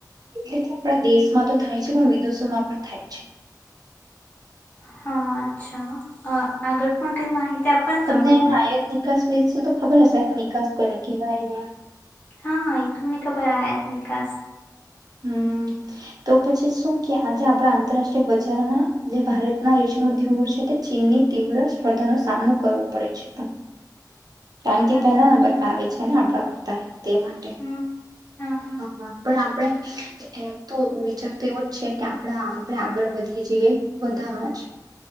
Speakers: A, on the right (about 65°); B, on the left (about 25°).
A: એટલે કે આપડા દેશમાં તો થાય છે પણ વિદેશોમાં પણ થાય છે
B: હા અચ્છા આગળ પણ કઈ માહિતી આપો ને
A: તમને
B: તમે મને
A: એ આાય જ નીકળ વેચતા તો ખબર હશે ને નિકાસ કોને કવા એને
B: હા હા એ તું મને ખબર નિકાસ
A: હમ તો પછી શું કે આજે આપણા આંતરરાષ્ટ્રીય બજારમાં જે ભારતના રેશમ ઉદ્યોગો છે તે ચીનની તીવ્ર સ્પર્ધાનો સામનો કરવો પડે છે કારણ
B: હા
A: કે પહેલા નંબર આવે છે એને આપણા કરતા તે માટે
B: હમ હા હા
A: હ પણ આપણે એમ તો વિચાર તો એવો જ છે કે આપણા આપણે આગળ વધીએ જઈએ બધામાં જ